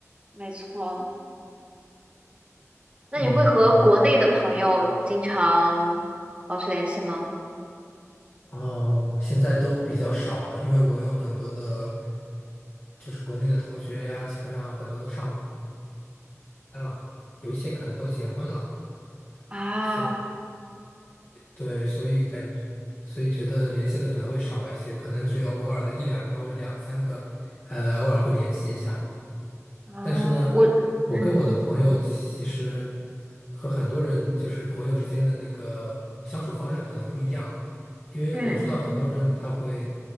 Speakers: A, on the right; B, on the left.
A: 没错。那你会和国内的朋友经常保持联系吗？
B: 嗯，哦，现在都比较少了，因为我有很多的，就是国内的同学呀，基本上很多都上班了，有一些可能都结婚了，
A: 啊
B: 所以对，所以感，所以觉得联系的可能会少一些，可能只有偶尔的一两个或者两三个，呃，偶尔会联系一下。
A: 啊我，
B: 但是呢，我跟我的朋友其实
A: 嗯
B: 和很多人就是朋友之间的那个相处方式可能不一样，因为我知道很多人他会
A: 嗯